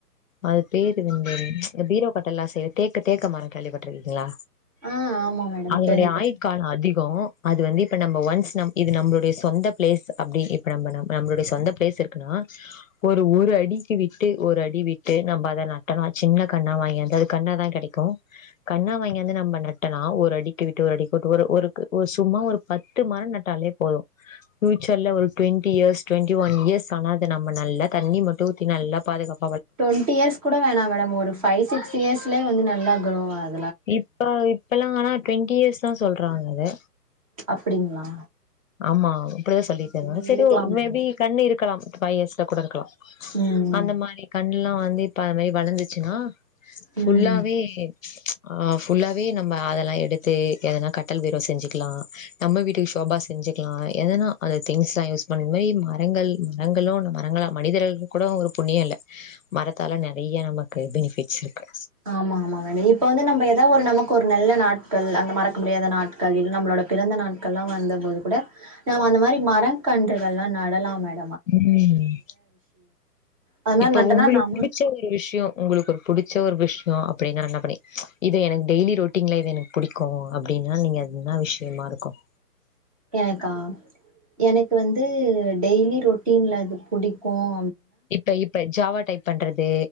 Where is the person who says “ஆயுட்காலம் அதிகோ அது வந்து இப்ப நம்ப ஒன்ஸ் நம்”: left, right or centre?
Left